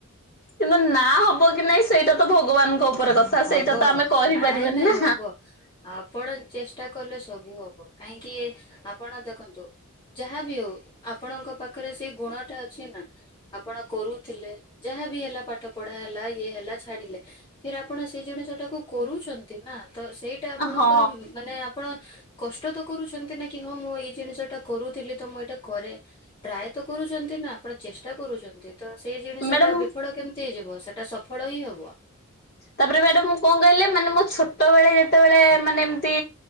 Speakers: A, on the left (about 45°); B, on the left (about 20°).
A: କିନ୍ତୁ ନା ହବ କି ନାଇଁ ସେଇଟା ତ ଭଗବାନଙ୍କ ଉପରେ କଥା।
B: ହବ
A: ସେଇଟା ତ ଆମେ କରିପାରିବାନି
B: ନାଇଁ ନାଇଁ
A: ନା।
B: ହବ। ଆପଣ ଚେଷ୍ଟା କଲେ ସବୁ ହବ କାହିଁକି ଆପଣ ଦେଖନ୍ତୁ ଯାହା ବିି ହଉ ଆପଣଙ୍କ ପାଖରେ ସେଇ ଗୁଣ ଟା ଅଛି ନା ଆପଣ କରୁଥିଲେ ଯାହାବି ହେଲା ପାଠ ପଢା ହେଲା ଇଏ ହେଲା ଛାଡିଲେ ଫିରି ଆ ଆପଣ ସେ ଜିଣିଷଟାକୁ କରୁଚନ୍ତି ନା ତ ସେଇଟା ଆପଣଙ୍କର
A: ହଁ
B: ମ୍ ମାନେ ଆପଣ କଷ୍ଟ ତ କରୁଚନ୍ତି ନା କି ହଁ ମୁଁ ଏଇ ଜିନିଷ ଟା କରୁଥିଲି ତ ମୁଁ ଏଇଟା କରେ। ଟ୍ରାଏ ତ କରୁଚନ୍ତି ନା ଆପଣ ଚେଷ୍ଟା କରୁଚନ୍ତି। ତ ସେଇ ଜିନିଷ
A: ମ୍ୟାଡାମ
B: ଟା ବିଫଳ କେମିତି ହେଇଯିବ ସେଟା ସଫଳ ହିଁ ହବ।
A: ତାପରେ ମ୍ୟାଡାମ୍ ମୁଁ କଣ କହିଲେ ମାନେ ମୋ ଛୋଟବେଳେ ଯେତେବେଳେ ମାନେ ଏମିତି